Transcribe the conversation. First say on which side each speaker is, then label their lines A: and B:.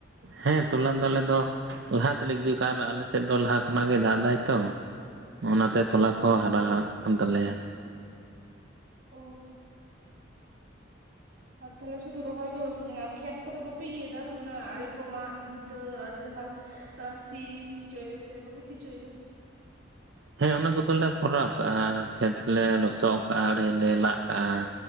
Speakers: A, on the right (about 65°); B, on the right (about 80°).
A: ᱦᱮᱸ ᱛᱚᱞᱟ ᱫᱚ ᱟᱞᱮ ᱫᱚ ᱞᱟᱦᱟᱛᱮᱞᱮ ᱜᱤᱰᱤᱣ ᱠᱟᱜᱼᱟ ᱟᱨ ᱟᱞᱮ ᱥᱮᱫ ᱫᱚ ᱞᱟᱦᱟ ᱠᱷᱚᱱᱟᱜ ᱜᱮᱭ ᱫᱟᱜ ᱮᱫᱟᱭ ᱛᱚ, ᱚᱱᱟᱛᱮ ᱛᱚᱞᱟ ᱠᱚ ᱦᱚᱸ ᱦᱟᱨᱟ ᱦᱟᱜ ᱠᱟᱱ ᱛᱟᱞᱮᱭᱟ ᱾
B: <unintelligible> ᱟᱨ ᱛᱟᱦᱞᱮ ᱥᱩᱫᱩ ᱨᱚᱦᱚᱭ ᱜᱮ ᱵᱟᱠᱤ ᱢᱮᱱᱟᱜᱼᱟ ᱟᱨ ᱠᱷᱮᱛ ᱠᱚᱫᱚ ᱵᱟᱯᱮ ᱤᱭᱟᱹᱭ ᱫᱟ ᱢᱟᱱᱮ ᱟᱲᱮ ᱠᱚ ᱢᱟᱜ ᱵᱷᱤᱛᱟᱹ ᱟᱨ ᱡᱟᱦᱟᱸ ᱟᱸ ᱥᱤ ᱥᱤ ᱪᱚᱭ ᱫᱟᱯᱮ ᱵᱟᱯᱮ ᱥᱤ ᱪᱚᱭᱫᱟ?
A: ᱦᱮᱸ ᱚᱱᱟ ᱠᱚᱫᱚᱞᱮ ᱠᱚᱨᱟᱣ ᱠᱟᱜᱼᱟ ᱠᱷᱮᱛ ᱞᱮ ᱞᱚᱥᱚᱫ ᱠᱟᱜᱼᱟ ᱟᱲᱮ ᱞᱮ ᱞᱟᱜ ᱠᱟᱜᱼᱟ,